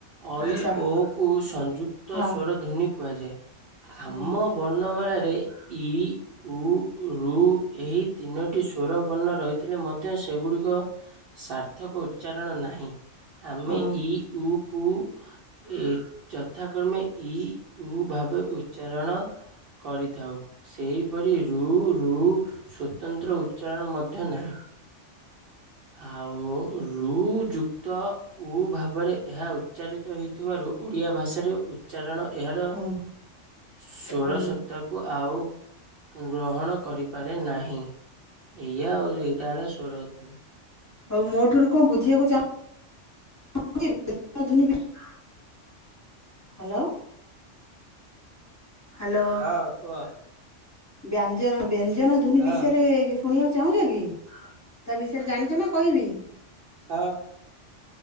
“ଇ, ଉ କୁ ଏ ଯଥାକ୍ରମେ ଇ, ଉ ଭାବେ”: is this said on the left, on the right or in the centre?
Right